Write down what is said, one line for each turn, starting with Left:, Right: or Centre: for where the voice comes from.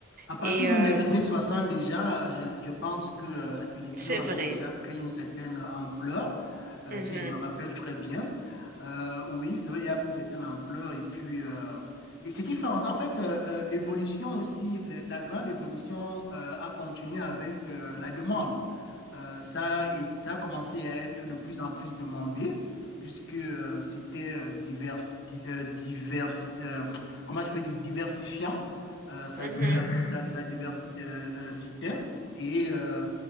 Left: À partir
Right: Et
Left: même
Right: euh,
Left: des années 60 déjà, je, je pense que euh, la télévision
Right: c'est
Left: avait
Right: vrai.
Left: déjà pris une certaine ampleur, euh,
Right: Mhm,
Left: si je me rappelle très bien. Euh, oui, ça avait déjà pris une certaine ampleur. Et puis, euh, et ce qui fait, en en fait, euh, euh, l'évolution aussi, la, la grande évolution euh, a continué avec euh, la demande. Euh, ça, est- ça a commencé à être de plus en plus demandé, puisque euh, c'était euh, divers, di- euh, diversité, euh, comment je peux dire, diversifiant, euh, ça,
Right: mhm.
Left: divers, <laughs> ça, ça diversité, euh, euh, citait. Et euh,